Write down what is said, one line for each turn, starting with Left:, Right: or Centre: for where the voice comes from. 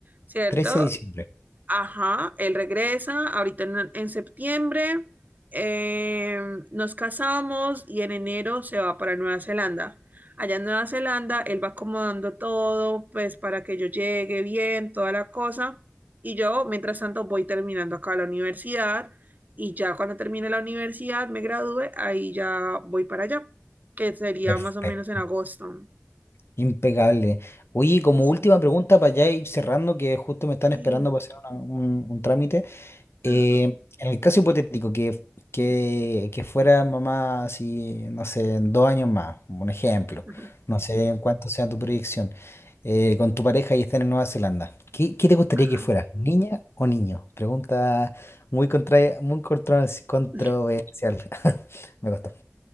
Right: ¿cierto?
Left: trece de diciembre.
Right: Ajá, él regresa ahorita en, en septiembre, eh, nos casamos y en enero se va para Nueva Zelanda. Allá en Nueva Zelanda, él va acomodando todo, pues para que yo llegue bien, toda la cosa. Y yo, mientras tanto, voy terminando acá la universidad y ya cuando termine la universidad, me gradúe, ahí ya voy para allá, que sería
Left: Perfecto.
Right: más o menos en agosto.
Left: Impecable. Oye, como
Right: Sí,
Left: última pregunta para ya ir cerrando, que justo me están
Right: sí,
Left: esperando para hacer una- un, un trámite. Eh,
Right: ajá,
Left: en el caso hipotético, que, que, que fuera mamá, así, no sé, en dos años más, un ejemplo,
Right: <laughs>
Left: no sé en cuánto sea tu proyección, eh, con tu pareja y estén en Nueva Zelanda, ¿qué, qué te gustaría
Right: ajá,
Left: que fuera, niña o niño? Pregunta muy, contra, muy controversi- controversial.
Right: ajá.
Left: <laughs> Me costó.